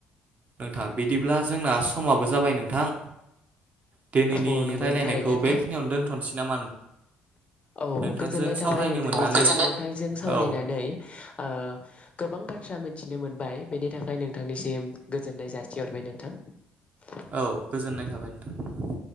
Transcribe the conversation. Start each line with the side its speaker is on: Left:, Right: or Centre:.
Right: नोंथां बिदिब्ला जोंना समाबो जाबाय नोंथां। दिनैनि
Left: औ नंगौ
Right: रायलायनायखौ
Left: थारै नोंथां
Right: बेखिनियावनो दोनथ'नोसै नामा
Left: औ
Right: नोंथांजों
Left: गोजोननाय थाबाय
Right: सावरायनो
Left: नोंथांनिसिम
Right: मोननानै
Left: नोंथांजों सावरायनानै
Right: औ
Left: ओ गोबां बाथ्रा मिनथिनो मोन बाय बेनि थाखाय नोंथांनिसिम गोजोननाय जासिहरबाय नोंथां।
Right: औ गोजोननाय थाबाय नोंथां।